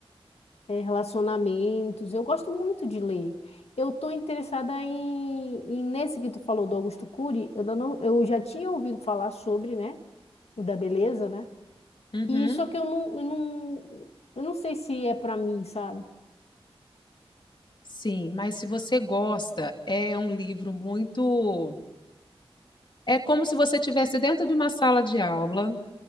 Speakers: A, on the left; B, on the left.
A: eh, relacionamentos. Eu gosto muito de ler. Eu estou interessada em, em- nesse que tu falou do Augusto Cury. Eu ainda não, eu já tinha ouvido falar sobre, né, o da beleza, né?
B: Uhum.
A: E só que eu não, eu não, eu não sei se é pra mim, sabe?
B: Sim, mas se você gosta, é um livro muito. É como se você estivesse dentro de uma sala de aula,